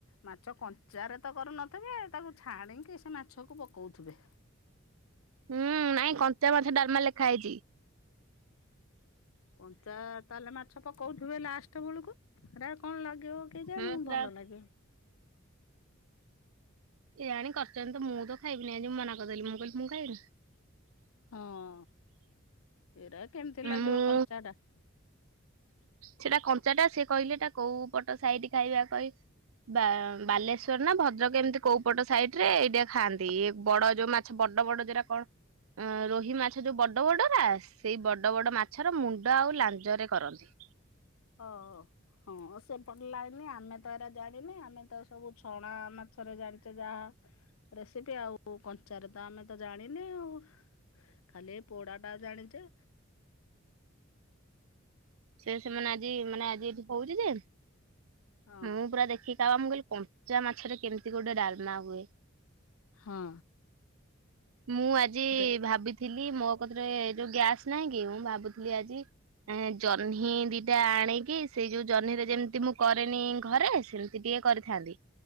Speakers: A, on the left (about 80°); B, on the right (about 80°).
A: ମାଛ କଞ୍ଚାରେ ତ କରୁନଥିବେ ତାକୁ ଛାଣିକି ସେ ମାଛକୁ ପକଉଥିବେ
B: ହୁଁ ନାଇଁ କଞ୍ଚା ମାଛ ଡାଲମା ଲେଖା ହେଇଛି
A: କଞ୍ଚା ତାହେଲେ ମାଛ ପକଉଥିବେ ଲାଷ୍ଟ ବେଳକୁ ହେରା କଣ ଲାଗିବ କେଜାଣି
B: ହୁଁ ସେଟା
A: ଭଲ ଲାଗେ
B: କେଜାଣି କରିଛନ୍ତି ତ ମୁଁ ତ ଖାଇବିନି ଆଜି ମନା କରିଦେଲି ମୁଁ କହିଲି ମୁଁ ଖାଇବିନି
A: ହଁ ଏରା କେମିତି ଲାଗିବ
B: ମୁଁ
A: କଞ୍ଚାଟା
B: ସେଟା କଞ୍ଚାଟା ସେ କହିଲେ ଏଇଟା କୋଉ ପଟ ସାଇଠ ଖାଇବା କହି ବା ବାଲେଶ୍ଵର ନା ଭଦ୍ରକ ଏମିତି କୋଉପଟ ସାଇଡ ରେ ଏଇଟା ଖାଆନ୍ତି ଏ ବଡ ଯୋଉ ମାଛ ଛ ବଡ ବଡ ଯାଉଟା କଣ ଅ ରୋହି ମାଛ ଯଉ ବଡ ବଡ ରା - ସେଇ ବଡ଼ ବଡ ମାଛର ମୁଣ୍ଡ ଆଉ ଲାଞ୍ଜରେ କରନ୍ତି
A: ଓ ହ ହଁ ସେପଟେ ଲାଇନ ଆମେ ତ ଏରା ଜାଣିନି ଆମେ ତ ସବୁ ଛଣା ମାଛରେ ଜାଣିଛେ ଯାହା ରେସିପି ଆଉ କଞ୍ଚାରେ ତ ଆମେ ତ ଜାଣିନେ ଆଉ। ଖାଲି ଏଇ ପୋଡ ଟା ଜାଣିଛେ।
B: ସେ ସେମାନେ ଆଜି ମାନେ ଆଜି ଏଠି ହଉଛି ଯେ
A: ହଁ
B: ମୁଁ ପୁରା ଦେଖି ତାବାଦ୍ ମୁଁ କହିଲି କଞ୍ଚା ମାଛରେ କେମିତି ଗୋଟେ ଡାଲମା ହୁଏ।
A: ହଁ
B: ମୁଁ ଆଜି
A: ଦେ
B: ଭାବି ଥିଲି ମୋ ପାଖରେ ଯଉ ଗ୍ୟାସ୍ ନାହିଁ କି ମୁଁ ଭାବୁଥିଲି ଆଜି ଜହ୍ନି ଦିଟା ଆଣିକି ସେଇ ଯଉ ଜହ୍ନିରେ ଯେମିତି ମୁଁ କରେନି ଘରେ ସେମିତି ସେ ଟିକେ କରିଥାନ୍ତି